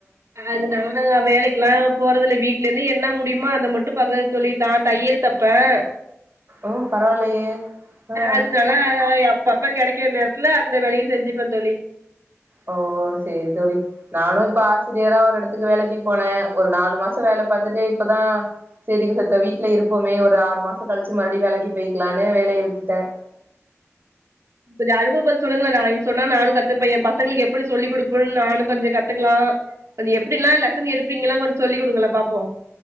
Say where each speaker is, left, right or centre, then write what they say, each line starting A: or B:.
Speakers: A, on the right; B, on the right.
A: அதுனால நாங்க வேலைக்கு ல்லாம் போறதுல வீட்ல இருந்து என்ன முடியுமோ அதை மட்டும் பன்னுவ தோழி நான் தையல் தைப்பேன்
B: ஓ பரவாயில்லையே ஆஹ்
A: அதனால அப்பப்ப கிடைக்கற நேரத்துல அந்த வேலையையும் செஞ்சுப்பேன் தோழி
B: ஓ சரி தோழி நானும் இப்ப ஆசிரியரா ஒரு இடத்து த்துக்கு வேலைக்கு போனேன் ஒரு நாலு மாசம் வேலை பார்த்துட்டு இப்பதான் சரி செத்த வீட்டுல இருப்போமே ஒரு ஆறு மாசம் கழிச்சு மறுபடியும் வேலைக்கு போயக்கலான்னு வேலைய விட்டுட்டேன்
A: கொஞ்சம் அனுபவம் பாத்து சொல்லுங்களன் நான் சொன்னா நானும் கத்துப்பேன் என் பசங்களுக்கு எப்படி சொல்லி கொடுப்பன்னு நானும் கொஞ்சம் கத்துக்கலாம் கொஞ்சம் எப்படிலாம் லெசன் எடுப்பீங்களாம் கொஞ்சம் சொல்லி கொடுங்கங்களா பாப்போம்